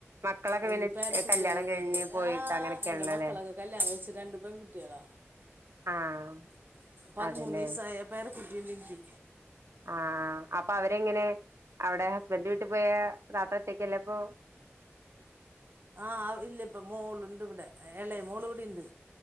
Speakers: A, on the right; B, on the right.
A: മക്കളൊക്കെ
B: എനിക്ക്
A: പിന്നെ
B: പേർക്കുട്ടികളൊക്കെ
A: കല്യാണം കഴിഞ്ഞ്
B: ഉണ്ട്
A: പോയിട്ട്
B: ആഹ്
A: അങ്ങനെയൊക്കെയാണല്ലോല്ലേ
B: എന്റെ മക്കളൊ കല്യാണം കഴിച്ച രണ്ട് പെൺകുട്ടികള
A: ആഹ്
B: പതിമൂന്ന്
A: അതെല്ലേ
B: വയസായ എപ്പ പേര കുട്ടിണ്ടിനിക്ക്
A: ആഹ് ആ അപ്പൊ അവരെങ്ങനെ അവിടെ ഹസ്ബൻഡ് വീട്ടിൽ പോയ തത്ത ഒറ്റയ്ക്കല്ലേ അപ്പൊ
B: ആഹ ഇല്ല ഇപ്പ മോളുണ്ട് ഇവിടെ ഇളയ മോൾ ഇവിടെ ഇണ്ട്